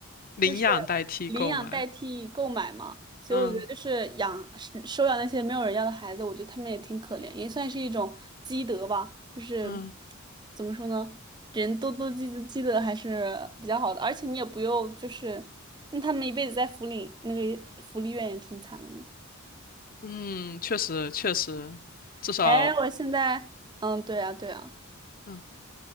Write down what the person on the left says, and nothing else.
领养代替购买，
嗯
嗯
嗯，确实确实，至少
嗯